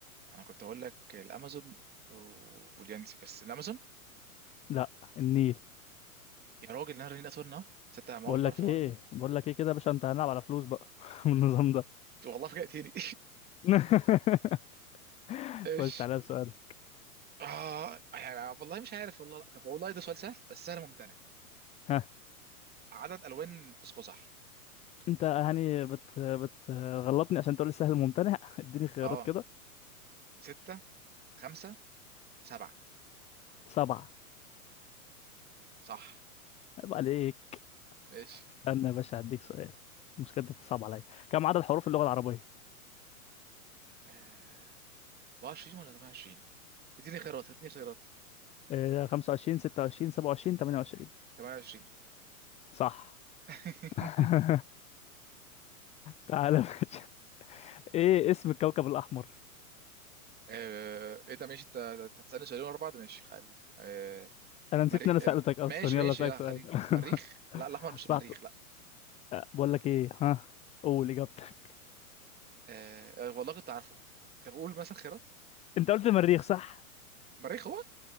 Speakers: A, on the right; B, on the left.
A: انا كنت اقول لك الامازون و- واليانسي بس الامازون
B: لا النيل
A: يا راجل نهر النيل اطول نهر تصدق انا
B: بقول
A: اول مره اعرف
B: لك ايه
A: المعلومه دي
B: بقول لك ايه كده يا باشا انت هنلعب على فلوس بقى <laughs> من النظام ده
A: والله فاجأتني
B: <laughs>
A: <laughs> ايش
B: خش عليا بسؤالك
A: اه يعني والله مش عارف والله لا. طب والله ده سؤال سهل بس سهل ممتنع
B: ها
A: عدد الوان قوس قزح
B: انت يعني بت بتغلطني عشان تقول لي سهل ممتنع <laughs> اديني خيارات
A: اه
B: كده
A: ستة خمسة سبعة
B: سبعة
A: صح
B: عيب عليك
A: ماشي
B: استنى يا باشا هديك سؤال المشكلة انت بتصعب عليا كم عدد حروف اللغة العربية؟
A: آه 24 ولا 28 اديني خيارات اديني خيارات
B: آه، 25 26 27 28
A: 28
B: صح
A: <laughs>
B: <laughs> تعالى يا باشا ايه اسم الكوكب الأحمر؟
A: آه، ايه ده ماشي انت أنت هتسألني سؤالين ورا بعض ماشي خلينا آه
B: أنا
A: مريخ
B: نسيت إن أنا سألتك
A: آه،
B: أصلا
A: ماشي ماشي
B: يلا أسألك
A: لا
B: سؤال
A: خلينا
B: <laughs>
A: مريخ لا الاحمر مش
B: صح
A: مريخ لا
B: آه، بقول لك ايه ها قول إجابتك
A: آه آه، والله كنت عارفه طب قول مثلا خيارات
B: أنت قلت المريخ صح؟
A: مريخ هو